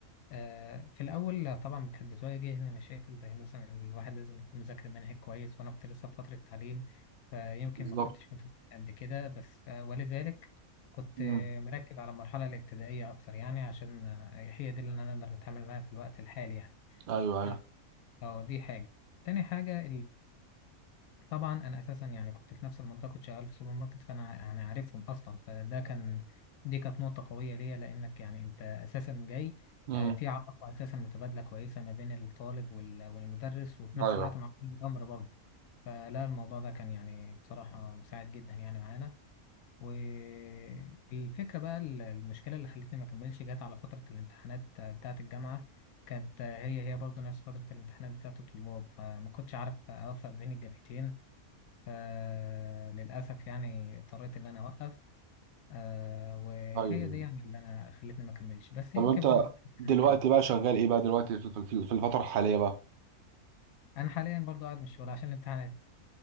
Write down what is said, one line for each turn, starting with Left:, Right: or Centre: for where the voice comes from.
Left: آه، في الأول طبعا كانت بتواجهني مشاكل زي مثلا الواحد لازم يكون مذاكر منهج كويس وأنا كنت لسه في فترة تعليم فيمكن
Right: بالظبط
Left: ما كنتش متمكن قد كده بس آه، ولذلك كنت
Right: مم.
Left: آه، مركز على المرحلة الابتدائية أكتر يعني عشان آه، هي دي اللي أنا أقدر أتعامل معاها في الوقت الحالي يعني
Right: ايوه ايوه
Left: آه، آه، دي حاجة تاني حاجة طبعا انا اساسا يعني كنت في نفس المنطقه كنت شغال في سوبر ماركت فانا يعني عارفهم اصلا فده كان دي كانت نقطه قويه ليا لانك يعني انت اساسا جاي
Right: امم
Left: آه، في علاقه اساسا متبادله كويسه ما بين الطالب وال- والمدرس وفي نفس
Right: ايوه
Left: الوقت مع ولي الامر برضه فلا الموضوع ده كان يعني بصراحه مساعد جدا يعني معانا والفكره بقى ال- المشكله اللي خلتني ما اكملش جت على فتره الامتحانات آه، بتاعه الجامعه كانت آه، هي هي برضه نفس فتره الامتحانات بتاعه الطلاب فما كنتش عارف اوفق بين الجامعتين فللأسف يعني اضطريت إن أنا أوقف آه، وهي
Right: ايوه
Left: دي يعني اللي أنا خلتني ما أكملش بس
Right: طب
Left: يمكن
Right: انت
Left: في المستقبل
Right: دلوقتي
Left: يعني نكمل
Right: بقى شغال ايه بقى دلوقتي في في- في الفتره الحاليه بقى
Left: أنا حاليا برضو قاعد من الشغل عشان الامتحانات